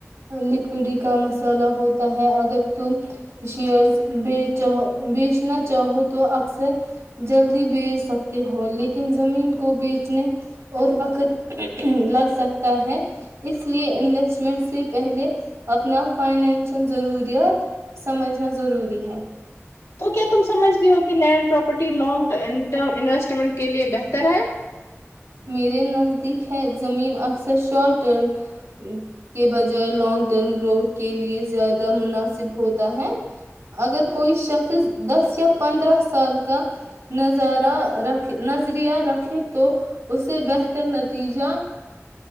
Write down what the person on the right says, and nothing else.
لکوڈی کا مسالح ہوتا ہے اگر تم شیئر بیچ بیچنا چاہو تو اکثر جلدی بیچ سکتے ہو لیکن زمین کو بیچنے اور وقت لگ سکتا ہے اس لیے انویسٹمنٹ سے پہلے اپنا فائنینشل ضروریات سمجھنا ضروری ہے
میرے نزدیک ہے زمین اکثر شارٹ ٹرم کے بجائے لانگ ٹرم گروتھ کے لیے زیادہ مناسب ہوتا ہے اگر کوئی شخص دس یا پندرہ سال کا نظارہ رکھ نظریہ رکھے تو اسے بہتر نتیجہ